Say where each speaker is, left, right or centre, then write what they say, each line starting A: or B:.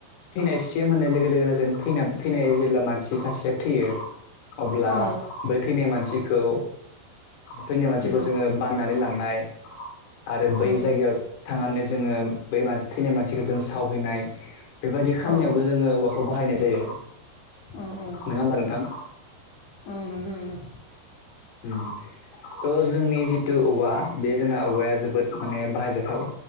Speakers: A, on the left (about 75°); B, on the left (about 80°).
A: थैनायसिम होननाय लोगो लोगोनो जों थैनाय जेब्ला मानसि सासेया थैयो अब्ला
B: औ
A: बै थैनाय मानसिखौ थैनाय मानसिखौ
B: उम
A: जोङो बाननानै लांनाय आरो बै
B: औ
A: जायगायाव थांनानै जोङो बै मानसि थैनाय मानसि जेखौ जों सावहैनाय बेबायदि खामानियावबो
B: औ
A: जोङो औवाखौ बाहायनाय जायो
B: औ औ।
A: नङा होमबा नोंथां
B: औ नंगौ नोंगौ
A: उम थ' जोंनि जि थु औवा बे जोंना औवाया जोबोद माने बाहायजाथाव